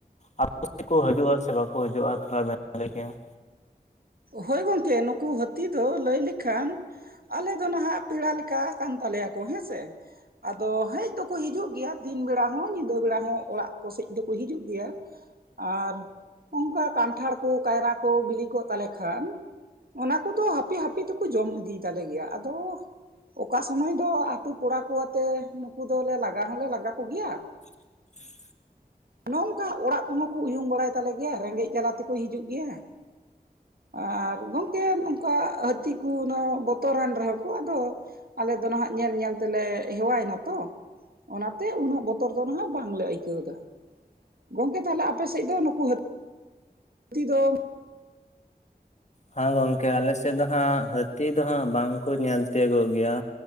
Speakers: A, on the left; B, on the right.
A: ᱟᱯᱮ ᱥᱮᱫ ᱠᱚ ᱦᱤᱡᱩᱜᱼᱟ ᱥᱮ ᱵᱟᱠᱚ ᱦᱤᱡᱩᱜᱼᱟ ᱛᱷᱚᱲᱟ <unintelligible> <unintelligible>
B: ᱦᱳᱭ ᱜᱚᱝᱠᱮ ᱱᱩᱠᱩ ᱦᱟᱹᱛᱤ ᱫᱚ ᱞᱟᱹᱭ ᱞᱮᱠᱷᱟᱱ ᱟᱞᱮ ᱫᱚ ᱱᱟᱦᱟᱜ ᱯᱮᱲᱟ ᱞᱮᱠᱟ ᱠᱟᱱ ᱛᱟᱞᱮᱭᱟ ᱠᱚ ᱦᱮᱸᱥᱮ ᱾ ᱟᱫᱚ ᱦᱮᱡ ᱫᱚ ᱠᱚ ᱦᱤᱡᱩᱜ ᱜᱮᱭᱟ ᱫᱤᱱ ᱵᱮᱲᱟ ᱦᱚᱸ ᱧᱤᱫᱟᱹ ᱵᱮᱲᱟ ᱦᱚᱸ ᱚᱲᱟᱜ ᱠᱚᱥᱮᱫ ᱫᱚᱠᱚ ᱦᱤᱡᱩᱜ ᱜᱮᱭᱟ ᱟᱨ ᱚᱱᱠᱟ ᱠᱟᱱᱴᱷᱟᱲ ᱠᱚ ᱠᱟᱭᱨᱟ ᱠᱚ ᱵᱤᱞᱤᱠᱚᱜ ᱛᱟᱞᱮᱠᱷᱟᱱ ᱠᱷᱟᱱ ᱚᱱᱟ ᱠᱚᱫᱚ ᱦᱟᱯᱮ ᱦᱟᱯᱮ ᱛᱮᱠᱚ ᱡᱚᱢ ᱤᱫᱤᱭ ᱛᱟᱞᱮ ᱜᱮᱭᱟ, ᱟᱫᱚ ᱚᱠᱟ ᱥᱚᱢᱚᱭ ᱫᱚ ᱟᱛᱳ ᱠᱚᱲᱟᱠᱚ ᱟᱛᱮ ᱱᱩᱠᱩ ᱫᱚᱞᱮ ᱞᱟᱜᱟ ᱦᱚᱞᱮ ᱞᱟᱜᱟ ᱠᱚᱜᱮᱭᱟ ᱾
A: <inaudible>
B: ᱱᱚᱝᱠᱟ ᱚᱲᱟᱜ ᱠᱚᱦᱚᱸ ᱠᱚ ᱩᱭᱩᱝ ᱵᱟᱲᱟᱭ ᱛᱟᱞᱮ ᱜᱮᱭᱟ ᱨᱮᱸᱜᱮᱡ ᱡᱟᱞᱟ ᱛᱮᱠᱚ ᱦᱤᱡᱩᱜ ᱜᱮᱭᱟ ᱾ ᱟᱨ ᱜᱚᱝᱠᱮ ᱚᱱᱠᱟ ᱦᱟᱹᱛᱤ ᱠᱚ ᱩᱱᱟᱹ ᱵᱚᱛᱚᱨᱟᱱ ᱨᱮᱦᱚᱸ ᱠᱚ ᱟᱫᱚ ᱟᱞᱮ ᱫᱚ ᱱᱟᱦᱟᱜ ᱧᱮᱞ ᱧᱮᱞ ᱛᱮᱞᱮ ᱦᱮᱣᱟᱭ ᱱᱟᱛᱚ ᱾ ᱚᱱᱟᱛᱮ ᱩᱱᱟᱹᱜ ᱵᱚᱛᱚᱨ ᱫᱚ ᱱᱟᱦᱟᱜ ᱵᱟᱝᱞᱮ ᱟᱹᱭᱠᱟᱹᱣ ᱫᱟ ᱾ ᱜᱚᱝᱠᱮ ᱛᱟᱦᱚᱞᱮ ᱟᱯᱮ ᱥᱮᱫ ᱫᱚ ᱱᱩᱠᱩ ᱦᱟᱹᱛᱤ <unintelligible> ᱦᱟᱹᱛᱤ ᱫᱚ
A: ᱦᱮᱸ ᱜᱚᱝᱠᱮ ᱟᱞᱮ ᱥᱮᱫ ᱫᱚ ᱦᱟᱸᱜ ᱦᱟᱹᱛᱤ ᱫᱚ ᱦᱟᱸᱜ ᱵᱟᱝ ᱠᱚ ᱧᱮᱞ ᱛᱤᱭᱚᱜᱚᱜ ᱜᱮᱭᱟ